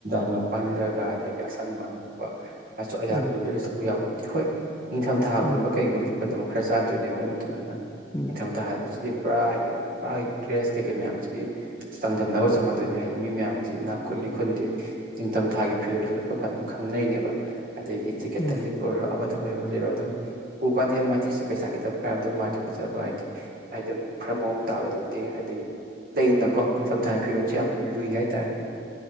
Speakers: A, on the right; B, on the left.
A: ꯍꯪꯒꯄꯥꯟ ꯂꯤꯠꯂꯒ ꯑꯗꯒꯤ ꯑꯁꯪꯕ ꯍꯛꯄ ꯃꯁꯨ ꯑꯍꯥꯛꯄ
B: ꯎꯝ
A: ꯂꯤꯠꯂ ꯆꯠ ꯍꯣꯏ ꯅꯤꯡꯊꯝꯊꯥꯒꯨꯝꯕ
B: ꯎꯝ
A: ꯀꯩꯒꯨꯝꯕ ꯂꯤꯠꯄꯗ ꯑꯃꯛ ꯈꯔ ꯆꯥꯟꯗꯣꯏꯅꯦꯕ ꯑꯗꯨ ꯃꯇꯝꯗꯅ
B: ꯎꯝ
A: ꯅꯤꯡꯊꯝꯊꯥ ꯍꯥꯏꯕꯁꯤꯗꯤ ꯄꯨꯔꯥ ꯍꯥꯏꯗꯤ ꯄꯨꯔꯥ ꯗ꯭ꯔꯦꯁ ꯀꯩꯀꯩ ꯃꯌꯥꯝꯁꯤꯒꯤ ꯆꯥꯡꯗꯝꯅꯕꯒ ꯆꯞꯃꯥꯟꯅꯗꯣꯏꯅꯤ ꯍꯥꯏꯗꯤ ꯃꯤ ꯃꯌꯥꯝꯁꯤ ꯏꯅꯥꯛ ꯈꯨꯜꯂꯤ ꯈꯨꯟꯗꯦ ꯅꯤꯡꯊꯝꯊꯥꯒꯤ ꯐꯤꯔꯣꯜꯗ ꯂꯤꯠꯄ ꯀꯥꯟꯗ ꯑꯗꯨꯝ ꯈꯪꯅꯩꯅꯦꯕ ꯑꯗꯒꯤ ꯖꯀꯦꯠꯇꯪ
B: ꯎꯝ
A: ꯂꯤꯠꯄ ꯑꯣꯏꯔꯣ ꯑꯃꯗꯪꯕꯨꯑꯣꯏꯔꯣ ꯑꯗꯨꯝ ꯎꯀꯥꯟꯗ ꯑꯦ ꯃꯥꯗꯤ ꯄꯩꯁꯥ ꯈꯤꯇꯪ ꯄꯥꯏꯔꯝꯗꯧꯃꯥꯜꯂꯤ ꯑꯣ ꯍꯥꯏꯗꯤ ꯍꯥꯏꯗꯨꯝ ꯈꯔ ꯃꯑꯣꯡ ꯇꯥꯕ ꯂꯤꯠꯂꯤ ꯍꯥꯏꯗꯤ ꯂꯩꯗꯅꯀꯣ ꯅꯤꯡꯊꯝꯊꯥꯒꯤ ꯐꯤꯔꯣꯜꯁꯦ ꯌꯥꯝ ꯂꯨꯏ ꯍꯥꯏꯇꯥꯔꯦ